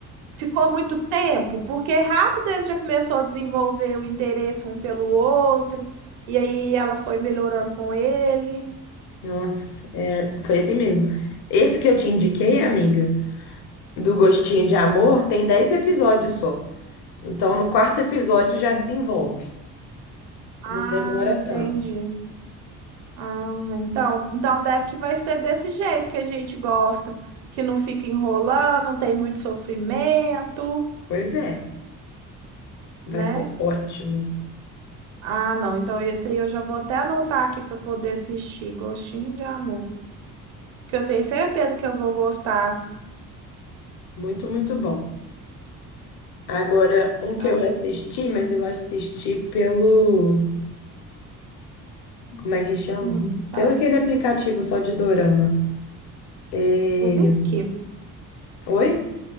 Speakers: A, on the right (about 60°); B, on the left (about 50°).
A: ficou muito tempo, porque rápido eles já começou a desenvolver o interesse um pelo outro, e aí ela foi melhorando com ele.
B: Nossa, é, foi assim mesmo. Esse que eu te indiquei, amiga, do Gostinho de Amor, tem 10 episódios só. Então, no quarto episódio já desenvolve.
A: Ah,
B: Não demora
A: entendi.
B: tanto.
A: Ah, então, então deve que vai ser desse jeito que a gente gosta, que não fica enrolando, não tem muito sofrimento,
B: Pois é. Vai
A: né?
B: ser ótimo.
A: Ah, não, então esse aí eu já vou até anotar aqui para poder assistir, Gostinho de Amor, que eu tenho certeza que eu vou gostar.
B: Muito, muito bom. Agora, um que
A: Ah,
B: eu assisti, mas eu assisti pelo. Como é que chama?
A: hum, tá.
B: Pelo aquele aplicativo só de dorama. É,
A: O Vicky,
B: Oi?